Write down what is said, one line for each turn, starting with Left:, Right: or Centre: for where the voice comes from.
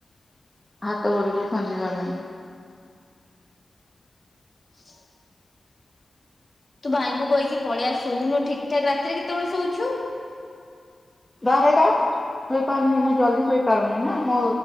Centre: ହାତ ଗୋଡ଼କୁ ଖଞ୍ଜିବା ପାଇଁ।
Left: <unintelligible> ତୁ ଭାଇଙ୍କୁ କହିକି ପଳେଆ ଶୋଉନୁ ଠିକ ଠାକ ରାତିରେ କେତେବେଳେ ଶୋଉଛୁ?
Centre: ବାରେଟା। ହୋଇପାରୁନି ମୁଁ ଜଲଦି ଶୋଇପାରୁନି ନା ମୋ